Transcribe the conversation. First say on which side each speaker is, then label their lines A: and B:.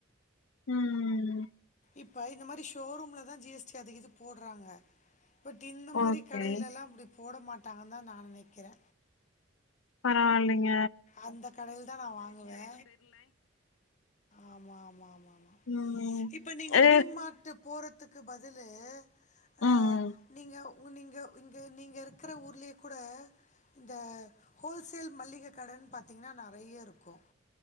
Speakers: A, on the left; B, on the left.
A: ம் ம்
B: இப்ப இந்த மாதிரி ஷோரூம்ல தா ஜி எஸ் டி அது இது போட்றாங்க பட் இந்த மாரி
A: ஓகே
B: கடையிலெல்லா அப்டி போட மாட்டாங்க தா நா நெனைக்கிறே
A: பரவால்லைங்க
B: அந்த கடையில தா நா வாங்குவே ஆமா ஆமா ஆமா ஆமா
A: ம்
B: இப்ப நீங்க
A: ஏ
B: டி மார்ட்டு போற த்துக்கு பதில் ஆ
A: ம்
B: நீங்க உங்கு நீங்க இங்க நீங்க இருக்கிற ஊர்லேயே கூட இந்த ஹோல்சேல் மளிக கடன்னு பாத்தீங்கன்னா நெறைய இருக்கு